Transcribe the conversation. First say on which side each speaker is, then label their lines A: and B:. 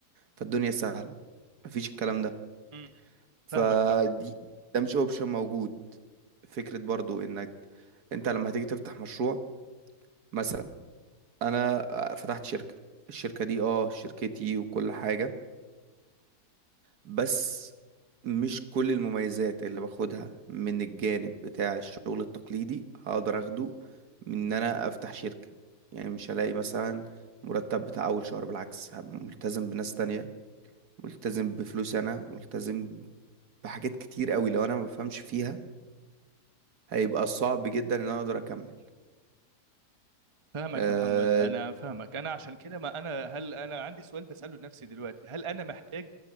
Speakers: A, on the right; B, on the right.
A: فالدنيا سهلة مفيش الكلام ده
B: أمم.
A: فدي
B: فاهمك فاهمك
A: ده مش اوبشن موجود فكرة برضو انك انت لما هتيجي تفتح مشروع مثلا انا فتحت شركة الشركة دي اه شركتي وكل حاجة بس مش كل المميزات اللي باخدها من الجانب بتاع الشغل التقليدي هقدر اخده من ان انا افتح شركة يعني مش هلاقي مثلا مرتب بتاع اول شهر بالعكس هبقى ملتزم بناس تانية ملتزم بفلوس انا ملتزم بحاجات كتير قوي لو انا ما بفهمش فيها هيبقى صعب جدا ان انا اقدر اكمل
B: فاهمك
A: أه
B: يا محمد انا فاهمك انا عشان كده ما انا هل انا عندي سؤال بساله لنفسي دلوقتي هل انا محتاج